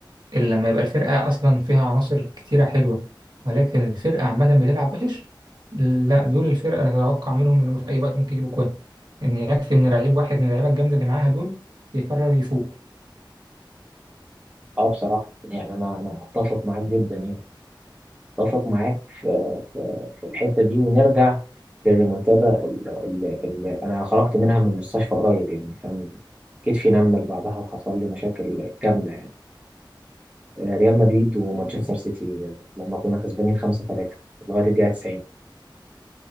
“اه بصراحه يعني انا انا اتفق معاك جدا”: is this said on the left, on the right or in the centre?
Right